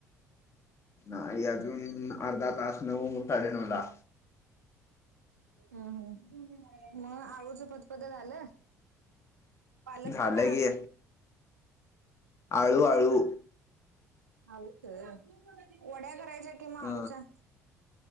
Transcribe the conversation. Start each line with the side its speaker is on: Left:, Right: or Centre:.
Left: नाही अजून अर्धा तास नऊ साडेनऊ ला
Right: हम हम मग आ स स्प झालं पालक
Left: झालं
Right: तर
Left: की आळू आळू.
Right: आच वड्या करायच्या कि माळूच्या
Left: अ